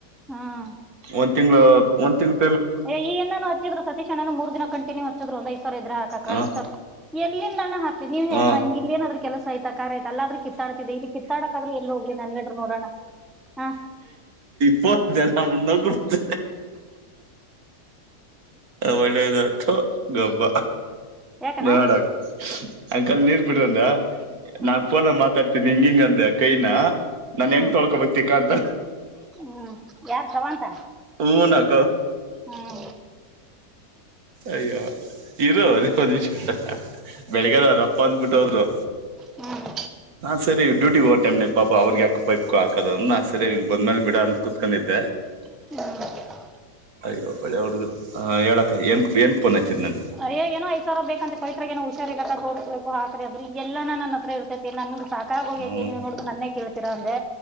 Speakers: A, in the centre; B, on the right.
A: ಹ್ಮ್
B: ಒಂದ್ ತಿಗಳು ಒಂದ್ ತಿಂಗ್
A: ಏ ಈಏ ನಾನು ಹಚ್ಚಿದರು ಸತೀಣನನು ಮೂರ್ ದಿನ ಕಂಟಿನ್ಯೂ ಹಚ್ಚಿದ್ ಒಂದ್ಐದ ಸಾವಿರ ಇದ್ರ ಹಾಕ
B: ಹ
A: ಐದ ಸಾವಿ ಎಲ್ಲಿಂದಾನು ಹಾಕ ನೀವ
B: ಹ
A: ಹೇಳ ನಂಗಿ ಏನಾದ್ರ ಕೆಲಸ ಆ್ತಖ ಆಯ ಎಲ್ಲಾದ್ರೂ ಕಿತ್ತಾಡ್ತಿದೆ ಇಲ್ಲಿ ಕಿತ್ತಾಡಕಕ್ದ್ರೂ ಎಲ್ಲಿ ಹೋಗ್ಲಿ ನನ್ ಹೇಳಿದರು ನೋಡೋಣ ಹಾ
B: ಪನ್ತ ನಮ್ಮ ನಗುತ ಒಳ್ಳೇದತ್ತು ಗಬ್ಬ
A: ಯಾಕಣ್ಣ
B: ನೋಡ ಅಂಕಲ್ ನೀರ್ ಬಿಡ್ರಂದ
A: ಹ್ಮ್
B: ನಾನ್ ಪಫೋನ್ ಮಾತಾಡ್ತೀನಿ ಹಿಂಗ ಹಿಂ ನನ್
A: ಹ್ಮ್
B: ಹೆಂಗಅಂತ
A: ಹ್ಮ್ ಯಾರ್ ಸವಂತ
B: ಹೂನಕ
A: ಹ್ಮ್
B: ಅಯ್ಯೋ ಇರೋ ಲೆ ಹಾ ಹಾ ಬೆಳ್ಳಿಗೆ ಅವ್ರು ಅಪ್ಪ ಅಂದು ಬಿಟ್ಟು ಹೋದ್ರು
A: ಹ್ಮ್
B: ಹಾ ಸರಿ ಡ್ಯೂಟಿ ಹೋಗ ಟೈಮನಾಗ ಪಾಪ ಅವ್ರಿಗೆ ಯಾಕ್ ಪಾಪ ಹಕದ ನಾ ಸರಿ ಬಂದ್ ಮೇಲೆ ಬಿಡನ ಅಂತ ಕೊತ್ಕೊಂಡಿದ್ದೆ
A: ಹ್ಮ
B: ಅಯ್ಯೋ ಒಳ್ಳೆ ಹುಡುಗರು ಆ ಹೇಳಾ ಅಕ್ಕ ಏನ್ ಏನ್ ಫೋನ್ ಹಚ್ಚಿದ್ ನಂತೆ
A: ಅಯ್ಏನ್ ಐದು ಸಾವಿರ ಬೇಕಂತ ಪವಿತ್ರ ಗ ಏನೂ ಹುಷಾರ್ ಇಲ್ಲ ಅಂತ ತೋರಿಸ್ಬೇಕು ಅಕ್ರಿ ಅಂದ್ರೂ ಈಗ ಎಲ್ಲಿ ಅಣ್ಣ ನನ್ನ ಅತ್ರ ಇರ್ತೈತಿ ನನ್ಗೆ ಸಾಕಾಗಿ ಹೋಗೇತೀನಿ
B: ಹ್ಮ್
A: ನೋಡ ನನ್ನೇ ಕೇಳ್ತಿರ ಅಂದೆ